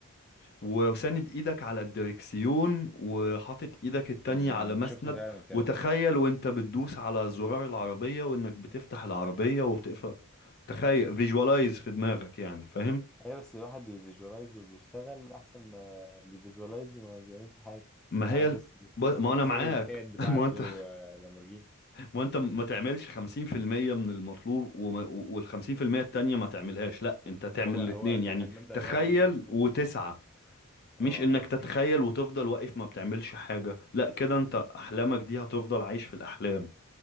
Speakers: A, on the left (about 45°); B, in the centre.
A: وساند ايدك على الدركسيون وحاطط ايدك التانية
B: امم
A: على مسند
B: شفت فعلا الكلام
A: وتخيل
B: ده
A: وانت بتدوس على زرار العربية وانك بتفتح العربية وبتقفل تخيل فيجوالايز في دماغك يعني فاهم
B: ايوه بس الواحد بيفيجوالايز وبيشتغل احسن ما بيفيجوالايز وما بيعملش حاجه
A: ما
B: قاعد
A: هي ال...
B: بس بي-
A: ب- ما
B: بيتخيل
A: انا معاك
B: الفئات بتاعته
A: <laughs> ما انت
B: آه، لامورجيني
A: ما انت ما تعملش 50% من المطلوب وما... وال 50% التانية ما تعملهاش لا انت تعمل
B: هو
A: الاتنين
B: هو صح
A: يعني
B: المبدأ
A: تخيل
B: ده مبدأ اسمه
A: وتسعى
B: اه
A: مش انك
B: اه
A: تتخيل وتفضل واقف ما بتعملش حاجة لا كده انت احلامك دي هتفضل عايش في الاحلام